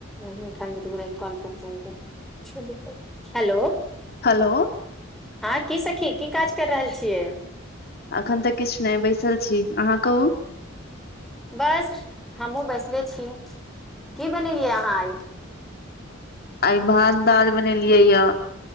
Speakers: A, in the centre; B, on the left.
A: अन्हु उठाय लेबै त फोन कटि जायत <unintelligible> हेलो
B: हेलो
A: हँ की सखी की काज कैर रहल छियै
B: एखन तऽ किछ नहि बैसल छी अहाँ कहू
A: बस हमहुँ बैसले छी की बनेलियै अहाँ आइ
B: आइ भात दाल बनेलियै या